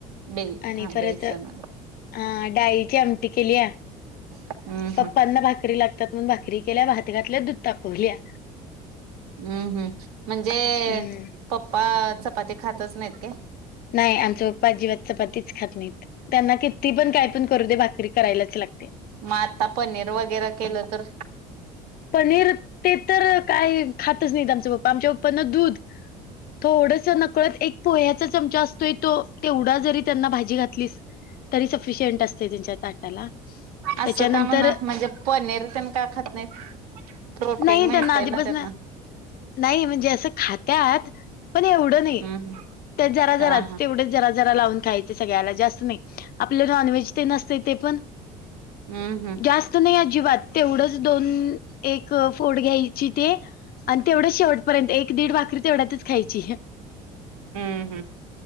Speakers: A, on the right (about 70°); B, on the left (about 50°).
A: बे
B: आणि
A: हा
B: परत
A: बेसन
B: आ, डाळीची आमटी केलीया.
A: हम्म हम्म
B: पप्पांना भाकरी लागतात म्हणन भाकरी केल्या भात घातली दुध तापवलीया.
A: हम्म, हम्म म्हणजे
B: हम्म
A: पप्पा चपाती खातच नाहीत काय?
B: नाही, आमच पप्पा अजिबात चपातीच खात नाहीत. त्यांना किती पण काय पण करू दे, भाकरी करायलाच लागते.
A: मग आता पनीर वगैरे केलं तर,
B: पनीर ते तर काय खातच नाहीत आमचं पप्पा आमच्या पप्पांना दूध, थोडस नकळत एक पोह्याचा चमचा अस तेवढा जरी त्यांना भाजी घातलीस तरी सफिशंट असते त्यांच्यात. ताटाला
A: असं
B: त्याच्यानंतर,
A: का म्हणा म्हणजे पनीर तेन का खात नाहीत? प्रोटीन
B: नाही
A: मिळतेय
B: त्यांना आधीपासन
A: ना त्यातनं
B: नाही म्हणजे असं खात्यात, पण एवढं
A: हम्म
B: नाही.
A: हम्म
B: त्या जरा जराच
A: हा हा
B: तेवढेच जरा जरा लावून खायचे सगळ्याला जास्त नाही. आपलं नॉनव्हेज तेन असतय ते पण,
A: हम् हम्.
B: जास्त नाही अजिबात तेवढंच दोन एक फोड घ्यायची ते आणि तेवढंच शेवटपर्यंत एक दीड भाकरी तेवढ्याच खायची.
A: हम्म हम्म.